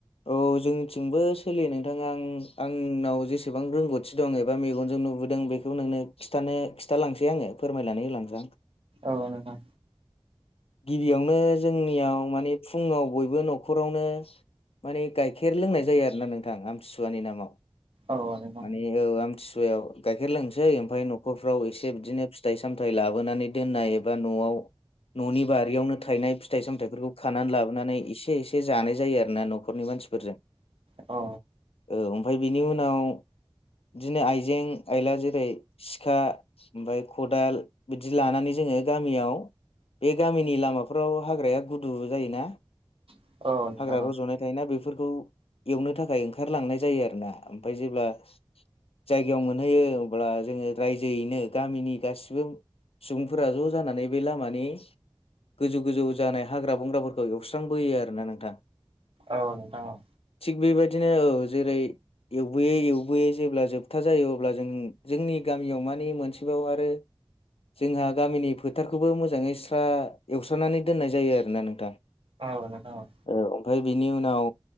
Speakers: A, on the left (about 75°); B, on the right (about 65°).
A: औ जोंथिंबो सोलियो नोंथाङा आं आंनाव जेसेबां रोंगौथि दं एबा मेगनजों नुबोदों बेखौ बेखौ नोंनो खिथानो खिथालांसै आङो फोरमायनानै होलांसै आं
B: औ नोंथां
A: गिबियावनो जोंनियाव माने फुङाव बयबो न'खरावनो माने गाइखेर लोंनाय जायो आरोना नोंथां आमथिसुवानि नामाव
B: औ नोंथां
A: माने औ आमथि सुवायाव गाइखेर लोंनोसै ओमफ्राय न'खरफ्राव एसे बिदिनो फिथाइ सामथाइ लाबोनानै दोननाय एबा न'आव न'नि बारियावनो थायनाय फिथाइ सामथाइफोरखौ खानानै लाबोनानै एसे एसे जानाय जायो आरोना न'खरनि मानसिफोरजों <inaudible>
B: अ
A: औ ओमफ्राय बिनि उनाव बिदिनो आइजें आइला जेरै सिखा ओमफ्राय खदाल बिदि लानानै जोङो गामियाव बे गामिनि लामाफोराव हाग्राया गुदु जायोना
B: औ नोंथां
A: हाग्रा
B: औ
A: रज'नाय या बेफोरखौ एवनो थाखाय ओंखारलांनाय जायो आरो ना ओमफ्राय जेब्ला जायगायाव मोनहैयो हब्ला जोङो रायजोयैनो गामिनि गासिबो सुबुंफोरा ज' जानानै बे लामा मानि गोजौ गोजौ जानाय हाग्रा बंग्राफोरखौ एवस्रांबोयो आरो ना नोंथां
B: औ नोंथां औ
A: थिग बेबायदिनो औ जेरै एवबोयै एवबोयै जेब्ला जोबथा जायो अब्ला जों जोंनि गामियाव मानि मोनसेबाव आरो जोंहा गामिनि फोथारखौबो मोजाङै स्रा एवस्रानानै दोननाय जायो आरोना नोंथां
B: औ नोंथां औ
A: औ ओमफ्राय बिनि उनाव